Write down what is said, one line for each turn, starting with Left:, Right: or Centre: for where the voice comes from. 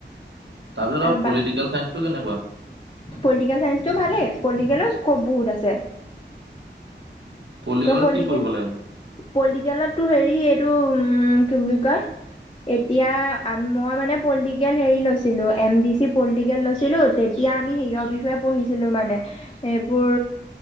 Right: তাৰপিছত আৰু
Left: বা
Right: পলিটিকেল চাইন্স টো কেনেকুৱা
Left: পলিটিকেল চাইন্সটো ভালেই পলিটিকেলৰ স্কপ বহুত আছে
Right: পলিটিকেলত
Left: তই পলটিক
Right: কি পঢ়িব লাগে
Left: পলিটিকেলতটো হেৰি এইটো উ কি বুলি কয় এতিয়া মই মানে পলিটিকেল হেৰি লৈছিলোঁ এম ডি চি পলিটিকেল লৈছিলোঁ তেতিয়া আমি সেয়ৰ বিষয়ে পঢ়িছিলোঁ মানে সেইবোৰ